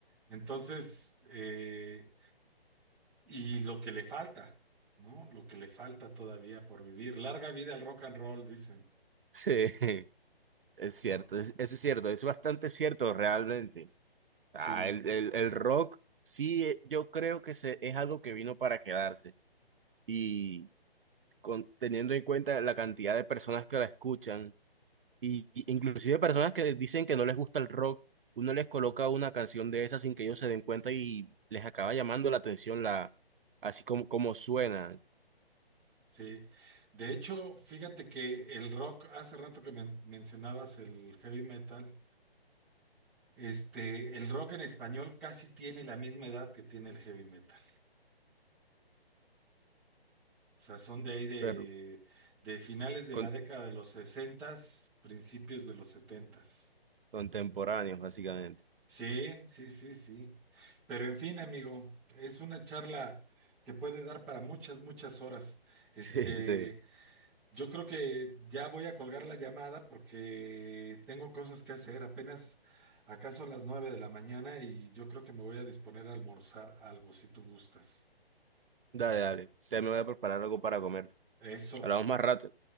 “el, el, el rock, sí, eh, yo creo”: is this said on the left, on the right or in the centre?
Right